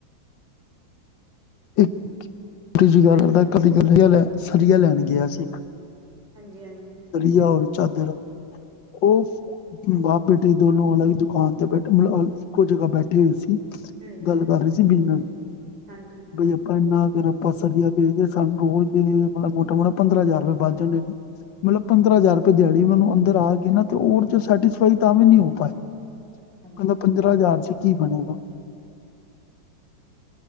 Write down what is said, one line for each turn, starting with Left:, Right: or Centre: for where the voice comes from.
Left: ਇੱਕੀਜੀ ਗੱਲਦਾ
Right: ਹਾਂਜੀ
Left: ਕਦੀ ਗੱਲ ਲੈ ਸਰੀਆ ਲੈਣ ਗਿਆ ਸੀ ਇੱਕ
Right: ਹਾਂਜੀ ਹਾਂਜੀ।
Left: ਵਆ ਔਰ ਚਾਦਰ ਉਹ ਮਾਂ ਬੇਟੀੇ ਦੋਨੋ ਅਲਗ ਦੁਕਾਨ ਤੇ ਬੈਠੇ ਮਤਲਬ ਇੱਕੋ ਜਗ੍ਹਾ ਬੈਠੇ ਹੋਏ ਸੀ
Right: ਹਮ ਹਮ
Left: ਗੱਲ ਕਰ
Right: ਹਮ
Left: ਰਹੇ ਸੀ ਬਿਜ਼ਨਸ
Right: ਹਾਂਜੀ।
Left: ਆਪਾਂ ਇੰਨਾ ਅਗਰ ਆਪਾਂ ਸਰੀਆ ਵੇਚਦੇ, ਸਾਨੂੰ ਰੋਜ਼ ਦੇ ਮਤਲਬ ਮੋਟਾ ਮੋਟਾ ਪੰਦਰਾਂ ਹਜ਼ਾਰ ਰੁਪਏ ਬੱਚ ਜਾਂਦੇ ਨੇ। ਮਤਲਬ ਪੰਦਰਾਂ ਹਜ਼ਾਰ ਰੁਪਏ ਦਿਹਾੜੀ ਮੈਨੂੰ ਅੰਦਰ ਆ ਕੇ ਨਾ ਤੇ ਉਹ ਚ ਸੈਟੀਸਫਾਈ ਤਾਂ ਵੀ ਨੀ ਹੋ ਪਾਏ।
Right: ਹਾਂਜੀ
Left: ਕਹਿੰਦਾ
Right: ਹਾਂਜੀ
Left: ਪੰਦਰਾਂ ਹਜ਼ਾਰ ਚ ਕੀ ਬਣੇਗਾ।